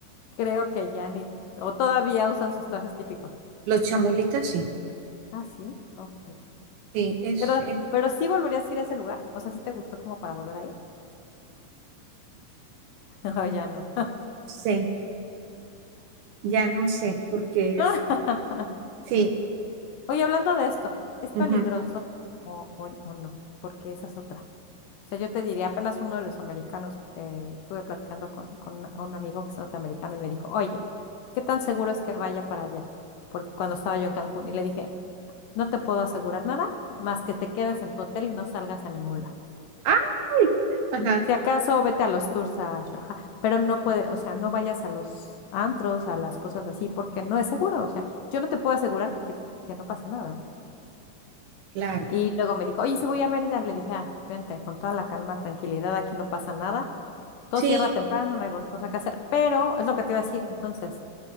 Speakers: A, on the left; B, on the right.
A: Creo que ya ni, o todavía usan sus trajes típicos.
B: los chamulitas sí,
A: Ah, sí, ok.
B: sí, es,
A: Pero,
B: es-
A: pero sí volverías a ir a ese lugar. O sea, ¿sí te gustó como para volver ahí? <laughs> O ya no.
B: sé, ya no sé, porque
A: <laughs>
B: es, sí,
A: Oye, hablando de esto, ¿es peligroso
B: ujú.
A: o, o- o no? Porque esa es otra. O sea, yo te diría, apenas uno de los americanos que estuve platicando con, con una- un amigo que es norteamericano y me dijo, oye, ¿qué tan seguro es que vaya para allá? Porque cuando estaba yo en Cancún y le dije, no te puedo asegurar nada más que te quedes en tu hotel y no salgas a ningún lado.
B: ¡Ay! Ajá,
A: Si acaso vete a los tours a Sharjah, pero no puede, o sea, no vayas a los antros, a las cosas así, porque no es seguro. O sea, yo no te puedo asegurar que, que no pasa nada, ¿no?
B: claro,
A: Y luego me dijo, oye, si voy a Mérida, le dije, ah, vente, con toda la calma, tranquilidad, aquí no pasa nada, todo
B: sí,
A: cierra temprano, no hay cosa que hacer, pero es lo que te iba a decir, entonces,